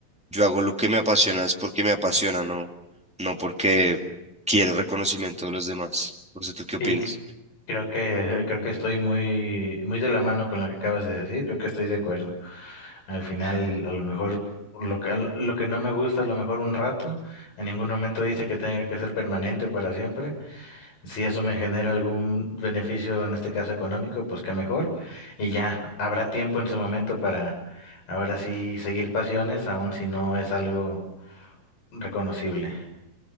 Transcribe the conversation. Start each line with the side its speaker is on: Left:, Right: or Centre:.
Centre: yo hago lo que me apasiona, es porque me apasiona, no, no porque quiero reconocimiento de los demás. No sé, ¿tú qué opinas?
Left: Y c- creo que, creo que estoy muy, muy de la mano con lo que acabas de decir, creo que estoy de acuerdo. Al final, a lo mejor lo que, lo que no me gusta, a lo mejor un rato, en ningún momento dice que tenga que ser permanente para siempre. Si eso me genera algún beneficio, en este caso económico, pues qué mejor. Y ya habrá tiempo en su momento para ahora sí seguir pasiones, aun si no es algo reconocible.